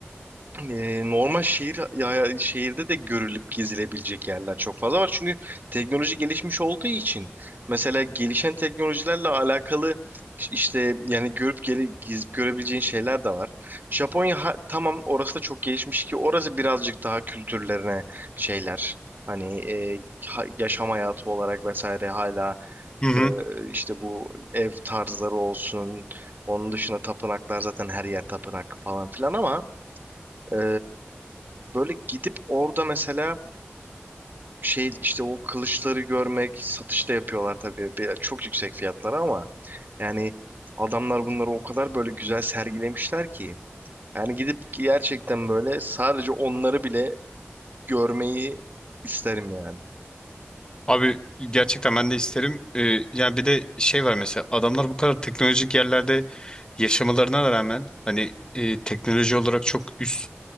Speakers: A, on the right; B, on the left.
A: e, normal şehir ya, şehirde de görülüp gezilebilecek yerler çok fazla var. Çünkü teknoloji gelişmiş olduğu için mesela gelişen teknolojilerle alakalı iş- işte yani görüp gele, gezip görebileceğin şeyler de var. Japonya ha- tamam orası da çok gelişmiş ki orası birazcık daha kültürlerine şeyler hani e, ha- yaşam hayatı olarak vesaire hala
B: Hı hı.
A: e, işte bu ev tarzları olsun. Onun dışında tapınaklar zaten her yer tapınak falan filan ama ee, böyle gidip orada mesela şey işte o kılıçları görmek satışta yapıyorlar tabii bir, çok yüksek fiyatlara ama yani adamlar bunları o kadar böyle güzel sergilemişler ki yani gidip gerçekten böyle sadece onları bile görmeyi isterim yani.
B: Abi gerçekten ben de isterim. Ee, yani bir de şey var mesela adamlar bu kadar teknolojik yerlerde yaşamalarına rağmen hani e, teknoloji olarak çok üst